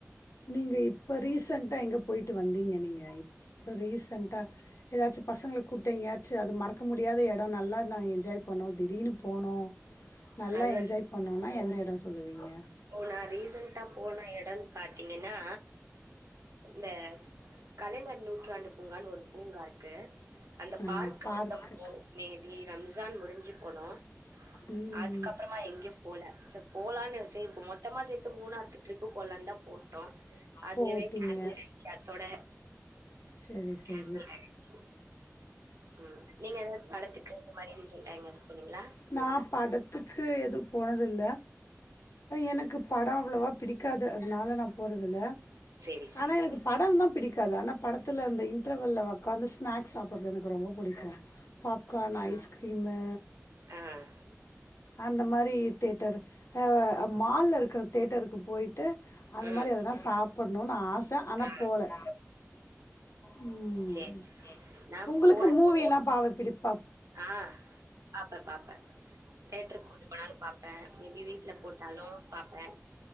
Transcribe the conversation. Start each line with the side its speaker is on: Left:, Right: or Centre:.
Left: நீங்க இப்ப ரீசண்டா எங்க போயிட்டு வந்தீங்க நீங்க இப்ப ரீசன்டா ஏதாச்சும் பசங்கள கூட்டு எங்கயாச்சும் மறக்க முடியாத இடம் நல்ல நாங்க என்ஜாய் போணோம் திடீர்னு போனோம் நல்லா
Right: அது
Left: என்ஜாய் பண்ணோம்னா எந்த இடம் சொல்லுவீங்க
Right: ஓ நான் ரீசன்டா போன இடம்ன்னு பாத்தீங்கன்னா இந்த கலைஞர் நூற்றாண்டு பூங்கான்னு ஒரு பூங்கா இருக்கு அந்த
Left: ஆ
Right: பார்க்
Left: பார்க்கு
Right: மட்டும்தான் போனோம் மேபி ரம்ஜான் முடிஞ்சு போனோம்
Left: ம்
Right: அதுக்கப்பறமா எங்கயும் போல சோ போலான்னு செய் மொத்தமா சேத்து மூணாருக்கு ட்ரிப்பு போலாம்னுந்தான் போட்டோம் அதுவே
Left: போட்டீங்க
Right: கேன்சல் ஆயிடுச்சு அத்தோட
Left: செரி செரி
Right: கேன்சல் ஆயிடுச்சு உம் நீங்க ஏதாவது படத்துக்கு இந்த மாரி ரீசன்டா எங்கயாவது போனீங்களா
Left: நா படத்துக்கு எதுவு போனதில்ல எனக்கு படம் அவ்வளவா பிடிக்காது அதனால நான் போறது இல்ல
Right: சேரி சேரி
Left: ஆனா எனக்கு படம் தான் பிடிக்கும் க்காது ஆனா படத்துல அந்த இன்டர்வெல்ல உக்காந்து ஸ்நாக்ஸ் சாப்பிடறது எனக்கு ரொம்ப பிடிக்கும் பாப்கார்ன் ஐஸ்கிரீமு
Right: ஆஹ்
Left: அந்த மாரி தேட்டரு மால்ல இருக்கற தேட்டருக்கு போய் ட்டு அந்த
Right: ம்
Left: மாரி எதனா சாப் பண்னுன் ஆச ஆனா
Right: ஆ
Left: போல உம்
Right: சேரி நா
Left: உங்களுக்கு
Right: போன
Left: மூவி எல்லாம் பாவப்பிடிப்பு
Right: ஆ பாப்பே பாப்பே தேட்ருக்கு கூட்டு போனாலு பாப்பே மேபி வீட்ல போட்டாலு பாப்பே